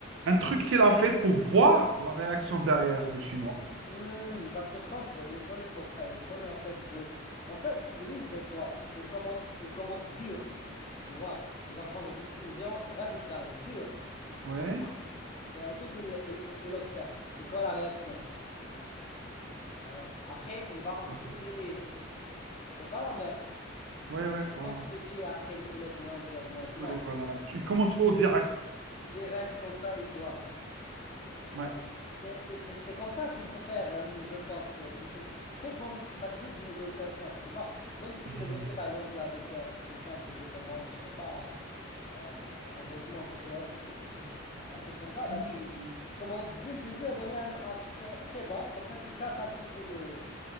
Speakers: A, on the right (about 65°); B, on the left (about 30°).
A: un truc qu'il a fait pour voir la réaction derrière des Chinois.
B: Hmm, parce que Trump, il est connu pour ça. Il est connu en fait de... En fait, lui, il fait quoi? Il commence, il commence dur. Tu vois, il va prendre des décisions radicales, dures.
A: Ouais.
B: pour- Et ensuite, il, il, il il observe. C'est quoi la réaction? Euh, après, il va
A: Ouais.
B: diminuer. C'est pas l'inverse. C'est
A: Ouais,
B: pas
A: ouais,
B: il
A: voilà.
B: commence petit et après il, il augmente, il augmente. Non.
A: Ouais, voilà. Tu- Il commence au direct.
B: Direct comme ça, il voit. Tu
A: Ouais.
B: vois. C'est c'est- c'est- c'est comme ça qu'il faut faire, euh, je pense. Euh, C'est une très bonne stratégie de négociation. Tu vois. Même si tu
A: Mhm.
B: négocies, par exemple, avec euh, quelqu'un qui veut te vendre, je sais pas, un, euh, un vêtement, que ce soit euh, que ce- un truc comme ça,
A: Mhm.
B: bah tu
A: Mhm.
B: commences dès le début à donner un, un prix très bas. Comme ça, tu casses un petit peu le.